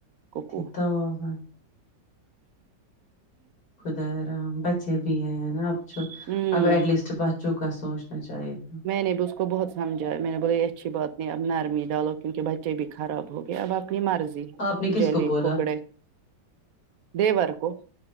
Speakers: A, on the right; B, on the left.
A: کوکو
B: <unintelligible> خدا رام بچے بھی ہے نا اب
A: ہمم
B: اب ایٹ لیسٹ چکا سوچنا چاہیے تھا
A: میں نے بھی اس کو بہت سمجھایا میں نے بولے یہ اچھی بات نہیں اب نرمی ڈالو کیونکہ بچے بھی خراب ہو گئے اب اپنی مرضی
B: آپ نے کس
A: جلی
B: کو بولا
A: ککڑے دے وار کو